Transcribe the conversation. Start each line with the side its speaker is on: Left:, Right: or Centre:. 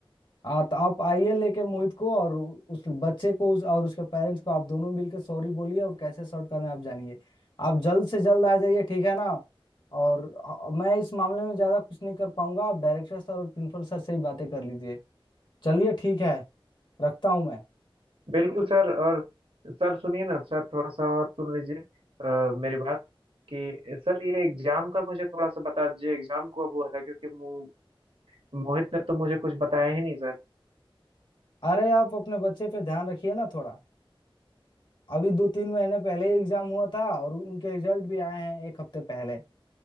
Left: आ, तो आप आइए लेके मोहित को और उस बच्चे को उस, और उसके पेरेंट्स को आप दोनों मिलकर सॉरी बोलिए और कैसे सॉर्ट करना है आप जानिए आप जल्द से जल्द आ जाइए ठीक है ना और ह- मैं इस मामले में ज्यादा कुछ नहीं कर पाऊंगा आप डायरेक्टर सर और प्रिंसिपल सर से ही बातें कर लीजिए चलिए ठीक है रखता हूँ मैं
Right: बिल्कुल सर और सर सुनिए ना सर थोड़ा सा और सुन लीजिए अ, मेरी बात कि सर ये एग्जाम का मुझे थोड़ा सा बता दीजिए एग्जाम कब हुआ था क्योंकि मो, मोहित ने तो मुझे कुछ बताया ही नहीं सर
Left: अरे आप अपने बच्चे पे ध्यान रखिए ना थोड़ा अभी दो तीन महीने पहले ही एग्जाम हुआ था और उनके रिजल्ट भी आए हैं एक हफ्ते पहले